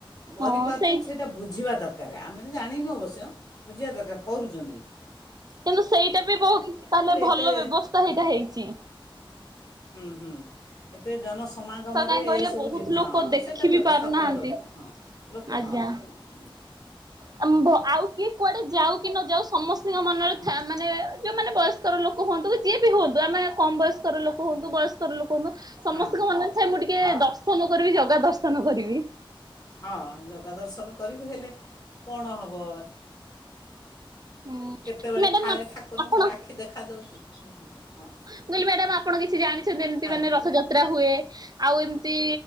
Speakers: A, on the left; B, on the right.
A: କରିପାରୁଚନ୍ତି
B: ହଁ ସେଇ
A: ସେଠ ସେଇଟା ବୁଝିବା ଦରକାର ଆମେ ତ ଜାଣିନୁ ଅବଶ୍ୟ ବୁଝିବା ଦରକାର କରୁଚନ୍ତି।
B: କିନ୍ତୁ ସେଇଟା ବି ବୋଉତ ତାହଲେ
A: ହେଲେ
B: ଭଲ
A: ଏତେ
B: ବ୍ୟବସ୍ଥା ସେଇଟା
A: ହୁଁ
B: ହେଇଚି।
A: ହୁଁ ହୁଁ ଏତେ ଜନସମାଗମରେ
B: କାହିଁ
A: ଏଇସବୁ
B: କହିଲେ ବହୁତ
A: ଜିନିଷ
B: ଲୋକ
A: ହଁ
B: ଦେଖି
A: ସେଇଟା
B: ବିି
A: ବ୍ୟବସ୍ଥା
B: ପାରୁନାହାନ୍ତି।
A: ଭଲ ବ୍ୟବସ୍ଥା ହଁ। ଲୋକ
B: ଆଜ୍ଞା।
A: ହଁ ହଁ ହୁଁ।
B: ଆଉ କିଏ କୁଆଡେ ଯାଉ କି ନ ଯାଉ ସମସ୍ତଙ୍କ ମନରେ
A: ହୁଁ।
B: ଥା ମାନେ ଯୋଉମାନେ ବୟସ୍କର ଲୋକ ହୁଅନ୍ତୁ ବା ଯିଏ ବି ହୁଅନ୍ତୁ ଆମେ କମ ବୟସ୍କର ଲୋକ ହୁଅନ୍ତୁ ବୟସ୍କ ଲୋକ ହୁଅ ସମସ୍ତଙ୍କ
A: ହଁ ହଁ
B: ମନେରେ ଥାଏ ମୁଁ ଟିକେ
A: ହଁ
B: ଦର୍ଶନ କରିବି ଜଗା ଦର୍ଶନ କରିବି।
A: ହଁ। ଜଗା ଦର୍ଶନ କରିବି, ହେଲେ କଣ ହବ।
B: ହୁଁ
A: କେତେବେଳେ
B: ମ୍ୟାଡାମ
A: ଫାଳେ ଠାକୁରଙ୍କର
B: ଆପଣ
A: ଆଖି ଦେଖାାଯାଉଚି ହଁ।
B: ମୁଁ କହିଲି ମ୍ୟାଡ଼ାାମ ଆପଣ କିଛି ଜାଣିଛନ୍ତି ଏମିତି
A: ହ୍ୟାଲୋ
B: ମାନେ ରଥଯାତ୍ରା ହୁଏ ଆଉ ଏମିତି